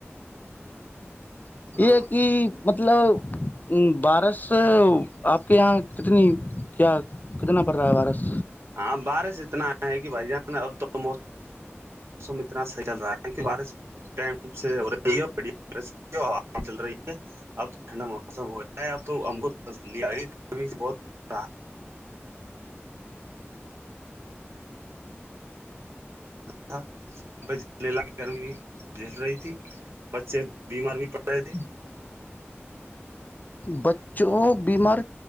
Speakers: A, on the right; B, on the left.
A: گا
B: یہ
A: ہاں
B: ہے کہ مطلب بارش آپ کے یہاں کتنی کیا کتنا پڑ رہا ہے بارس
A: ہاں بارش اتنا آ ہے کہ بھائی جان اب تووم موسم اتنا صحیح چل رہا ہے کہ بارش ٹم سے ہو رہی ہےڑ چل رہی ہے اب تو ٹھنڈا موسم ہو جا ہے اب تو ہم کو تسلی آ گیھی بہت ر تھا گمی جل رہی تھی بچے بیمار بھی پڑ رہے تھے
B: بچ جو بیمار